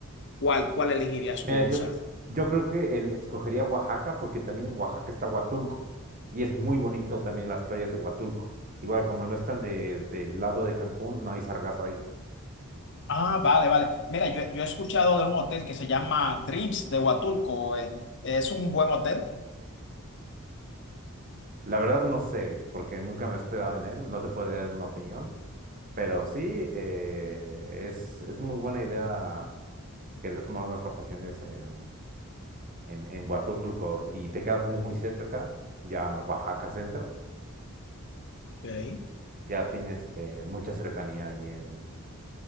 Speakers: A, on the left; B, on the right.
A: ¿cuál, cuál elegirías
B: Mira,
A: tú? O
B: yo,
A: sea,
B: yo creo que él escogería Oaxaca porque también en Oaxaca está Huatulco y es muy bonito también las playas de Huatulco. Igual como no están de, del lado de Cancún, no hay sargazo ahí.
A: Ah, vale, vale. Mira, yo, yo he escuchado de un hotel que se llama Dreams de Huatulco. eh, ¿Es un buen hotel?
B: La verdad no sé, porque nunca me he hospedado en él, no te podría dar una opinión, pero sí, eh, es, es muy buena idea querer tomar unas vacaciones en, en, en Huatulco y te quedas muy cerca, ya Oaxaca Centro,
A: Ok,
B: ya tienes eh, mucha cercanía ahí en,